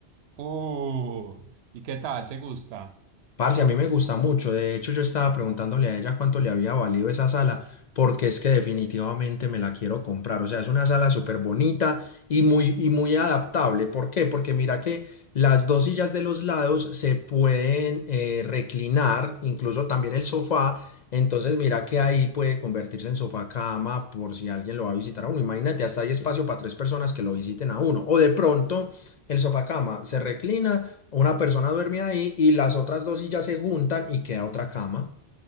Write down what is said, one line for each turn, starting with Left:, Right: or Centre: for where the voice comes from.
Right: Uh, ¿y qué tal? ¿Te gusta?
Left: Parce, a mí me gusta mucho. De hecho, yo estaba preguntándole a ella cuánto le había valido esa sala, porque es que definitivamente me la quiero comprar. O sea, es una sala súper bonita y muy, y muy adaptable. ¿Por qué? Porque mira que las dos sillas de los lados se pueden eh, reclinar, incluso también el sofá. Entonces, mira que ahí puede convertirse en sofá cama por si alguien lo va a visitar a uno. Imagínate, hasta hay espacio para tres personas que lo visiten a uno. O de pronto, el sofá cama se reclina una persona duerme ahí y las otras dos sillas se juntan y queda otra cama.